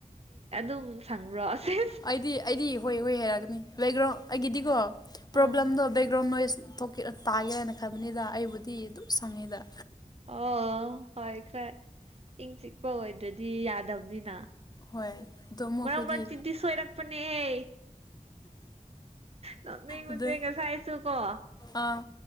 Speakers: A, on the right (about 50°); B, on the left (about 30°).
A: ꯇ ꯁꯪ꯭ꯔꯣ ꯑꯦ
B: ꯑꯩꯗꯤ ꯑꯩꯗꯤ ꯍꯣꯏ ꯍꯣꯏ ꯍꯥꯏꯔꯛꯒꯅꯤ ꯕꯦꯛꯒ꯭ꯔꯥꯎꯟ ꯑꯩꯒꯤꯗꯤꯀꯣ ꯄ꯭ꯔꯣꯕ꯭ꯂꯦꯝꯗꯣ
A: ꯑꯥ
B: ꯕꯦꯛꯒ꯭ꯔꯥꯎꯟ ꯅꯣꯏꯁ ꯊꯣꯛꯀꯦ ꯇꯥꯒꯦꯔꯅ ꯈꯟꯕꯅꯤꯗ ꯑꯩꯕꯨꯗꯤ ꯑꯗꯨꯝ ꯁꯪꯉꯤꯗ
A: ꯑꯣ ꯍꯣꯏ ꯈꯔ ꯏꯪ ꯆꯤꯛꯄ ꯑꯣꯏꯗ꯭ꯔꯗꯤ ꯌꯥꯗꯕꯅꯤꯅ
B: ꯍꯣꯏ ꯑꯗꯣ ꯑꯃꯨꯛ
A: ꯃꯔꯛ
B: ꯑꯩꯈꯣꯏꯗꯤ
A: ꯃꯔꯛ ꯆꯤꯟꯊꯤ ꯁꯣꯏꯔꯛꯄꯅꯦꯍ ꯅꯣꯛꯅꯤꯡꯉꯨ
B: ꯑꯗꯨ
A: ꯎꯆꯦꯒ ꯆꯥꯏꯁꯨ ꯀꯣ
B: ꯑꯥ